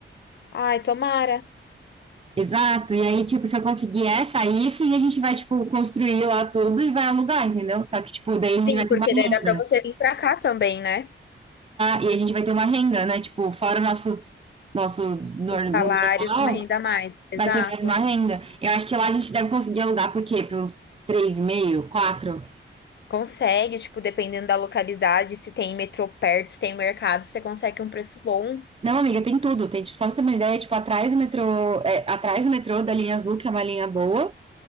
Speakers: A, on the left; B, on the right.
A: Ai, tomara.
B: Exato. E aí, tipo, se eu conseguir essa, aí sim a gente vai, tipo, construir lá tudo e vai alugar, entendeu? Só que, tipo, daí a gente
A: Sim,
B: vai ter
A: porque
B: uma renda
A: daí dá pra você vir pra cá também, né?
B: e a gente vai ter uma renda, né? Tipo, fora o nossos, nosso normal,
A: Os salários, uma renda a mais. Exato.
B: vai ter mais uma renda. Eu acho que lá a gente deve conseguir alugar, por quê? Pelos três e meio quatro
A: Consegue, tipo, dependendo da localidade, se tem metrô perto, se tem mercado, você consegue um preço bom.
B: Não, amiga, tem tudo. Tem, tipo, só pra você ter uma ideia, tipo, atrás do metrô, é, atrás do metrô da linha azul, que é uma linha boa.